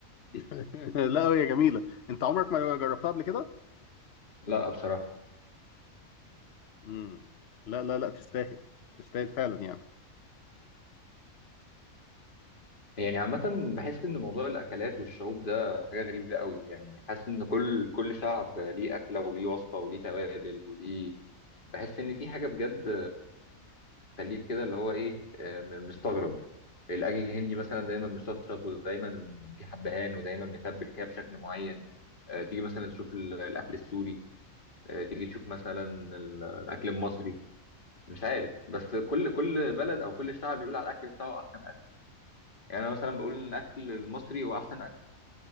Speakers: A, on the left (about 55°); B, on the left (about 35°).
A: <laughs> لا هي جميلة انت عمرك ما جربتها قبل كده؟
B: لا بصراحه
A: مم. لا لا لا تستاهل تستاهل فعلا يعني
B: يعني عامة بحس إن موضوع الأكلات والشعوب ده حاجة غريبة قوي يعني حاسس إن كل كل شعب ليه أكلة وليه وصفة وليه توابل وليه بحس ان دي حاجه بجد تخليك كده اللي هو ايه آه، م- مستغرب الاكل الهندي مثلا دايما مشطشط ودايما في حبهان ودايما متبل كده بشكل معين آه، تيجي مثلا تشوف ال- الاكل السوري آه، تيجي تشوف مثلا ال- الاكل المصري مش عارف بس كل كل بلد او كل شعب بيقول على الاكل بتاعه احسن اكل يعني انا مثلا بقول ان الاكل المصري هو احسن اكل